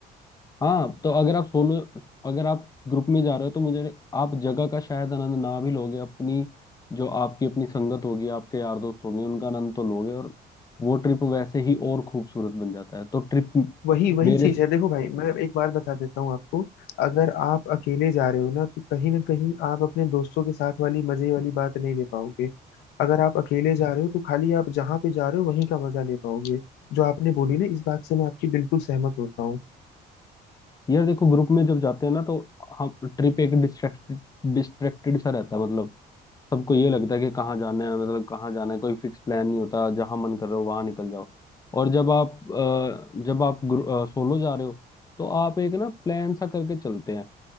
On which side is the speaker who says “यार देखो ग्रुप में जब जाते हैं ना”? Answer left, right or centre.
Left